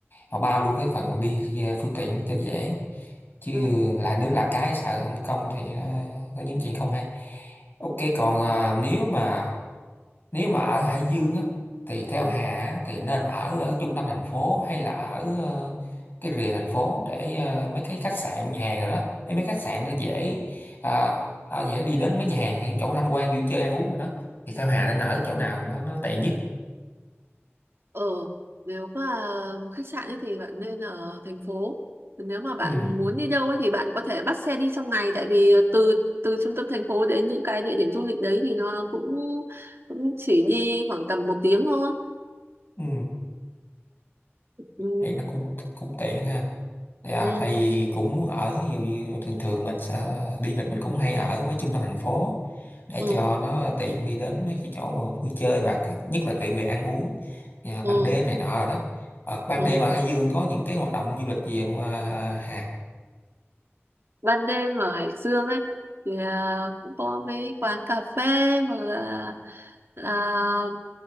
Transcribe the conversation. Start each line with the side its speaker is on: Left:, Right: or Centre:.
Left: họ bao luôn cái phần đi à, phương tiện cho dễ chứ
Right: ừ
Left: lạ nước lạ cái sợ không công thì nó có những chuyện không hay ok
Right: ừ
Left: còn à, nếu mà nếu mà ở Hải Dương á thì theo
Right: ừ.
Left: Hà á, thì nên ở, ở trung tâm thành phố hay là ở ờ, cái rìa thành phố để ờ, mấy cái khách sạn nhà hàng rồi đó để mấy khách sạn nó dễ à, à, dễ đi đến mấy nhà hàng hay chỗ tham quan vui chơi ăn uống rồi đó thì theo Hà nên ở chỗ nào nó nó tiện nhất
Right: Ờ, nếu mà khách sạn ấy thì bạn nên ở thành phố. Còn Nếu mà bạn
Left: ừ
Right: muốn đi đâu ấy thì bạn có thể bắt xe đi trong ngày tại vì từ từ trung tâm thành phố đến những cái địa điểm du lịch đấy thì nó cũng cũng chỉ đi khoảng tầm một tiếng thôi.
Left: ừ
Right: Ừ,
Left: thì nó cũng cũng tiện ha thì à
Right: ừ,
Left: tại vì cũng muốn ở ví dụ như thường thường mình sẽ đi lịch mình cũng hay ở mấy trung tâm thành phố để
Right: ừ,
Left: cho nó tiện đi đến mấy cái chỗ mà vui chơi và nhất là tiện về ăn uống và ban
Right: ừ,
Left: đêm này nọ rồi đó ờ, ban
Right: ừ.
Left: đêm ở Hải Dương có những cái hoạt động du lịch gì không à, Hà
Right: Ban đêm ở Hải Dương ấy thì à, cũng có mấy quán cà phê hoặc là là